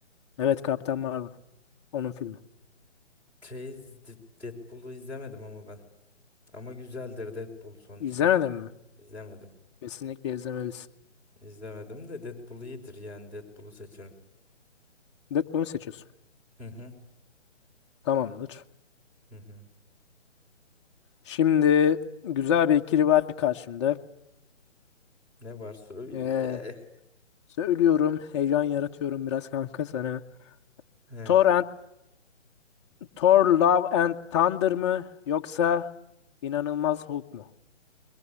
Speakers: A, on the left; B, in the centre.
A: Evet Kaptan Marvel. Onun filmi.
B: Şey, Deadpool'u izlemedim ama ben. Ama güzeldir Deadpool sonuçta.
A: İzlemedin mi?
B: İzlemedim.
A: Kesinlikle izlemelisin.
B: İzlemedim de Deadpool iyidir yani Deadpool'u seçerim.
A: Deadpool'u seçiyorsun.
B: Hı hı.
A: Tamamdır.
B: Hı hı.
A: Şimdi güzel bir ikili var karşımda.
B: Ne var söyle.
A: Ee, söylüyorum heyecan yaratıyorum biraz kanka sana.
B: He.
A: Thor Thor Love and Thunder mı yoksa İnanılmaz Hulk mu?